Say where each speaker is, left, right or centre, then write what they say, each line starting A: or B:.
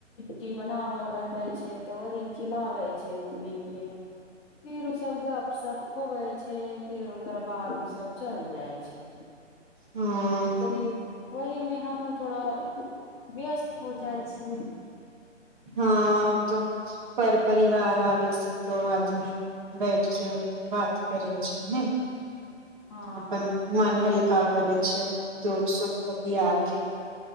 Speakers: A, on the left; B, on the right.
A: लिट्टी बनावल रहले छै तऽ वह खिलाबे छै रूनी के फिर ओ सब गप सप होवै छै फिर ओकर बाद ओ सब चल जाइ छै
B: हँ
A: जदी वही मे हमहूँ थोड़ा व्यस्त हो जाइ छिय
B: हँ ओ तऽ पर परिवार आ बै सऽ तऽ आदमी बैठके बात करै छै नय
A: हँ
B: अपन मन हल्का करै छै दुःख सुख बतिया के